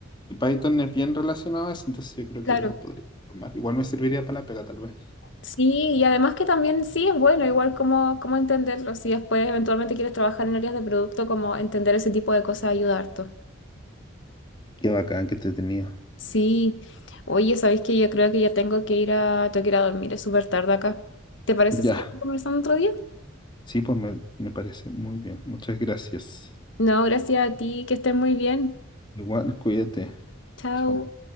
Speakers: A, on the left; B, on the left.
A: y Python es bien relacionado a eso, entonces yo creo
B: claro.
A: que lo podría tomar. Igual me serviría para la pega, tal vez.
B: Sí, y además que también sí es bueno, igual como, como entenderlo, si después eventualmente quieres trabajar en áreas de producto, como entender ese tipo de cosas ayuda harto.
A: Qué bacán, qué entretenido.
B: Sí, oye, ¿sabéis que yo creo que ya tengo que ir a, tengo que ir a dormir, es súper tarde acá. ¿Te parece
A: Ya,
B: seguir conversando otro día?
A: sí, pues me, me parece muy bien. Muchas gracias.
B: No, gracias a ti, que estés muy bien.
A: Igual, cuídate.
B: Chao.
A: Chao.